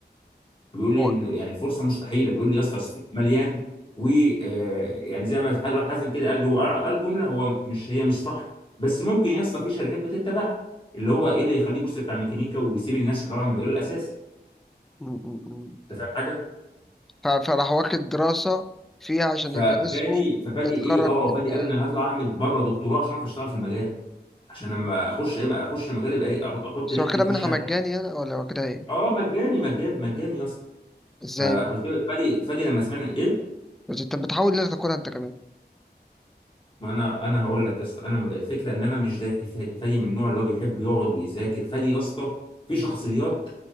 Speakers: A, on the left; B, in the centre.
A: بيقول لي
B: هو
A: إن يعني الفرصه مستحيله بيقول لي يا اسطى السوق مليان و آه، يعني زي ما حد واحد حازم كده قال هو قال جمله هو مش هي مش صح بس ممكن يا اسطى في شركات بتتبعها اللي هو ايه اللي يخليه يبص بتاع ميكانيكا ويسيب الناس اللي طالعه من المجال الاساسي
B: مم. مم. مم.
A: انت فاهم حاجه؟
B: ف- فراح واخد دراسة فيها عشان
A: ففادي
B: يبقى اسمه
A: ففادي
B: متخرج
A: ايه اه فادي
B: منها
A: قال انا هطلع اعمل بره دكتوراه عشان اعرف اشتغل في المجال عشان
B: مم.
A: لما اخش ايه اخش المجال يبقى ايه أح- احط
B: بس
A: رجلي
B: هو كده
A: في
B: منحة
A: وش اي
B: مجاني
A: حاجه
B: يعني ولا هو كده ايه
A: اه مجاني مجاني مجاني يا اسطى
B: ازاي
A: فقلت
B: بقى؟
A: له فادي فادي لما سمعني ايه
B: بس انت بتحاول ليه تاكلها انت كمان
A: ما انا انا هقول لك يا اسطى انا الفكره ان انا مش زي فادي فادي من النوع اللي هو بيحب يقعد ويذاكر فادي يا اسطى في شخصيات